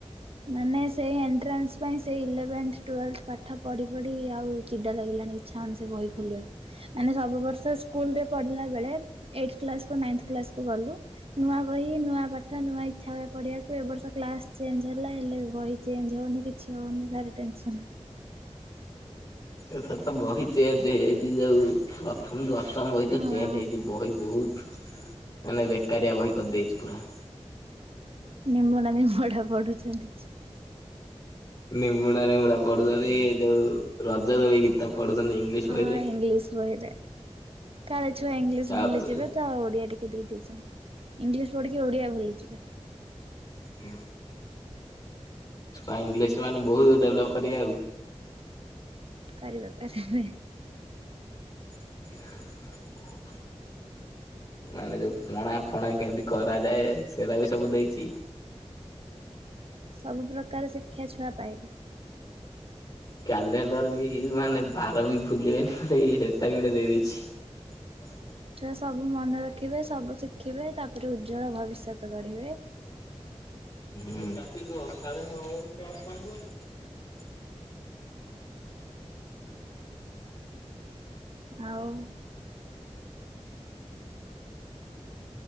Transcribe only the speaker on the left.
ଏଥର ତ ବହି ଚେଞଜ ହେଇଯାଇଛି ଯୋଉ ପ୍ରଥମ ଦୁ ସମ୍ ବହିତ
ଚେଞ୍ଜ ହେଇଛି ବହି ବହୁତ ମାନେ ବେକାରିଆ ବହି କରିଦେଇଛି ପୁରା।
ନିମୁଡା ନିମୁଡା ପଡୁଛନ୍ତି ଏ ଯୋଉ ରଜ ଦୋଳି ଗୀତ। ପଢୁଛନ୍ତି ଇଂଲିଶ
ବହିରେ
ତାପରେ
ହୁଁ। ଛୁଆ ଇଂଲିଶ ମାନେ ବହୁତ ଡେଭଲପ୍ କରିବେ ଆଉ।
ହଁ <inaudible> ମାନେ ଯୋଉ ପଣା ଫଣା କେମିତି କରାଯାଏ ସେଟା ବି ସବୁ ଦେଇଛି।
କ୍ୟାଲେଣ୍ଡର ବି ମାନେ ବାର ବି ଭୁଲିବେନି ବଲି ହେଟା ବି ଗୋଟେ ଦେଇଦେଇଛି। <unintelligible>
ହଁ ରାତି କ ସାଢ଼େ ନଅ ହବ କ୍ଲାସ୍ ବନ୍ଦ କରି ନୁ